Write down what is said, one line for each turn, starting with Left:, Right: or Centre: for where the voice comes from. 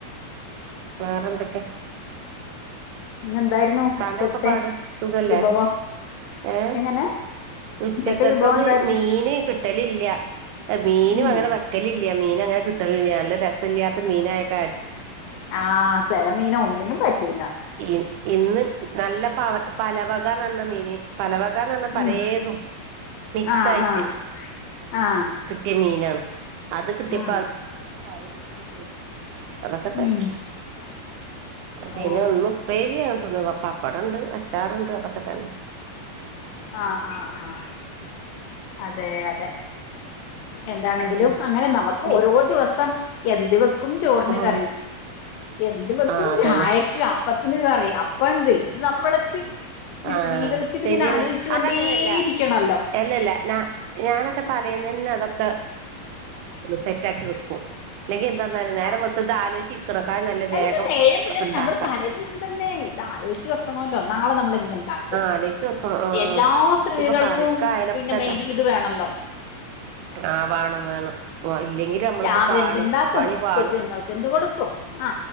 Right: വേറെന്തൊക്കെ?
Left: പിന്നന്തായിരുന്നു
Right: ഇത്താന്റെ
Left: ഉച്ചത്തെ
Right: ഒക്കെ പാട് സുഖല്ലേ
Left: വിഭവം?
Right: ഏഹ്
Left: എങ്ങനെ?
Right: ഉച്ചക്കത്തത്
Left: ഉച്ചത്തെ വിഭവം എന്തായിരുന്നു
Right: മീന് കിട്ടലില്ല. മീന
Left: ഉം
Right: അങ്ങനെ വെക്കലില്ല മീനങ്ങനെ കിട്ടലില്ലല്ല നല്ല രസല്ലാത്ത മീനായക്കാര്.
Left: ആഹ് ചെലമീനൊന്നിനും പറ്റൂല.
Right: ഇ ഇന്ന് നല്ല പവ പലവകന്ന മീന് പല കന്ന് പറഞ്ഞ പലേതും
Left: ഉം
Right: മിക്സയിട്ട്
Left: ആഹ് ആഹ് ആഹ്
Right: കിട്ടിയ മീനാണ്. അത് കിട്ടിയപ്പോ
Left: ആഹ്
Right: അത് കറി വെച്ചു പൊരിച്ചു അതൊക്കെതന്നെ
Left: ഉം
Right: പിന്നെന്നുപ്പേരി
Left: ഓ
Right: പപ്പടണ്ട് അച്ചാറുണ്ട് അതൊക്കെതന്നെ.
Left: ആഹ ആഹ് ആഹ അതെ അതെ എന്താണെങ്കിലും
Right: ഉം
Left: അങ്ങനെമുക്ക്
Right: മി
Left: ഓരോ ദിവസം എന്ത് വെക്കും ചോറിന്
Right: ആഹ്
Left: കറി എന്ത് വെക്കും
Right: ആഹ് അതന്നെ
Left: ചായക്ക് പത്തിന് കറി അപ്പന്ത് ഇത് നമ്മളക്ക് ഈ
Right: ആ
Left: സ്ത്രീകൾക്ക് ഇതിങ്ങനെ
Right: ശര്യാണ്.
Left: ആലോചിച്ചു കൊണ്ടേ
Right: അതങ്ങനെല്ല
Left: ഇരിക്കണല്ലോ
Right: അല്ലല്ല ഞാനൊക്കെ തലേന്ന. അതൊക്കെ സെറ്റാക്കി വെക്കും. ന്ന നേരം
Left: അതെ
Right: വെള്ത്തതിലോച്ചിര്ക്ക്ണാലും നല്ല
Left: എല്ലാ
Right: വേഗം
Left: നേരം പിള്ളേർ
Right: ണ്ടാക്ക.
Left: നമ്മൾ തലേ ദിവസം തന്നെ ഇത് ആലോചിച്ച് വെക്കണല്ലോ നാളെ നമ്മള് ണ്ടാക്കും
Right: ആലോചിച്ച് വെക്കണം ആഹ്
Left: എല്ലാ സ്ത്രീകൾക്കും
Right: ഇപ്പൊ കറിക്കായാലൊക്കെ
Left: പിന്നെ മെന്ഡ്ൽ ഇത് വേണല്ലോ? <inaudible>
Right: ആ വേണം വേണം. ഇല്ലെങ്കിൽ നമ്മളിത്
Left: രാവിലെ
Right: പാളി
Left: ന്ത്‌ണ്ടാക്കും
Right: പണി പാളും
Left: കൊച്ചുങ്ങൾക്ക് എന്ത് കൊടുക്കും ആ